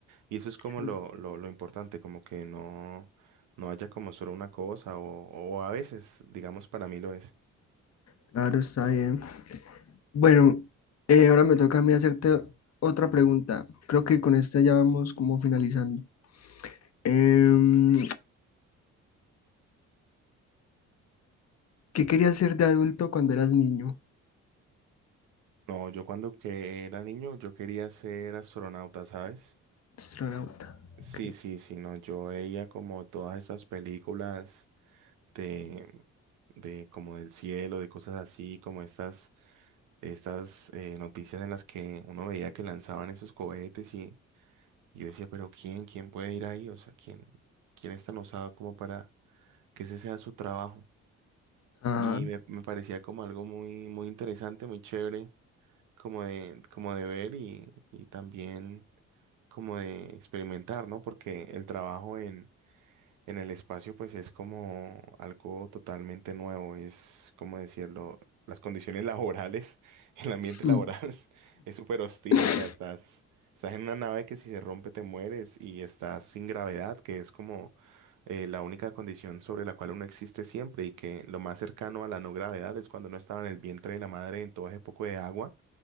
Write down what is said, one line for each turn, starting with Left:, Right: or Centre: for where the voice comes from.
Right: Y eso es como
Left: Sí.
Right: lo, lo, lo importante, como que no, no haya como solo una cosa, o, o a veces, digamos, para mí lo es.
Left: claro, está bien. Bueno, eh, ahora me toca a mí hacerte otra pregunta. Creo que con esta ya vamos como finalizando. Em, ¿qué querías ser de adulto cuando eras niño?
Right: No, yo cuando que era niño, yo quería ser astronauta, ¿sabes?
Left: Astronauta.
Right: Sí,
Left: Ok.
Right: sí, sí, no, yo veía como todas estas películas de, de como del cielo, de cosas así, como estas, estas eh, noticias en las que uno veía que lanzaban esos cohetes y yo decía, pero ¿quién, quién puede ir ahí? O sea, ¿quién, quién es tan osado como para que ese sea su trabajo.
Left: Ah,
Right: Y me, me parecía como algo muy, muy interesante, muy chévere, como de, como de ver y, y también como de experimentar, ¿no? Porque el trabajo en, en el espacio, pues es como algo totalmente nuevo, es como decirlo, las condiciones laborales, <laughs> el ambiente
Left: mm,
Right: laboral <laughs> es súper hostil,
Left: <laughs>
Right: o sea, estás, estás en una nave que si se rompe te mueres y estás sin gravedad, que es como eh, la única condición sobre la cual uno existe siempre y que lo más cercano a la no gravedad es cuando uno estaba en el vientre de la madre en todo ese poco de agua